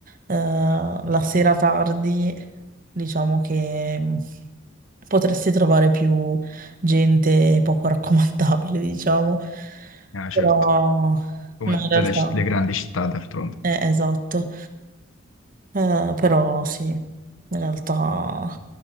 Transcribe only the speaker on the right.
eh, la sera tardi diciamo che mm, potresti trovare più gente poco raccomandabile, <laughs> diciamo.
Però
ma in
realtà,
eh, esatto, Eh, però sì, in realtà